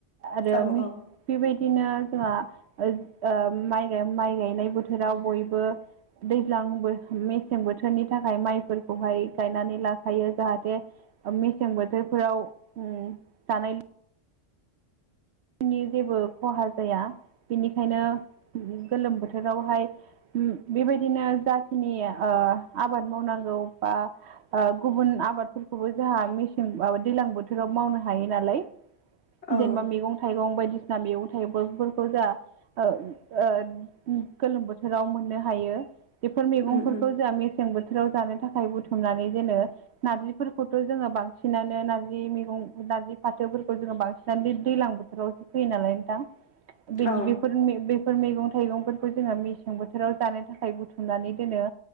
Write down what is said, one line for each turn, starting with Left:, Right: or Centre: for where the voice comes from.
Right: आरो
Left: औ
Right: मे
Left: औ
Right: बेबायदिनो जोंहा ओज ओ माइ गाय माइ गायनाय बो थोराव बयबो दैज्लां बो मेसें बोथोरनि थाखाय माइफोरखौहाय गायनानै लाखायो जाहाथे ओ मेसें बोथोरफोराव उम जानाय नि जेबो खहा जाया बेनिखायनो गोलोम बोथोरावहाय उम बेबायदिनो जाखिनि ओ आबाद मावनांगौ बा ओ गुबुन आबादफोरखौबो जोंहा मेसें माबा दैजलां बोथोराव मावनो हायो नालाय। जेनेबा
Left: औ
Right: मैगं थाइगं बायदिसिना मैगं थाइगंफोरखौ जाहा ओ ओ उम गोलोम बोथोराव मोननो हायो बेफोर मैगंफोरखौ
Left: उम उम
Right: जोंहा मे सें बोथोराव जानो थाखाय बुथुमनानै दोनो। नारजिफोरखौथ' जोङो बांसिनानो नारजि मैगं नारजि फाथोफोरखौ जोङो बांसिनानो दै-दैलां बो रावसो फैयो नालाय नोंथां बेद
Left: औ
Right: बेफोर मे बे फोर मैगं थाइगंफोरखौ जोङो मेसें बोथोराव जानो थाखाय बुथुमनानै दोनो।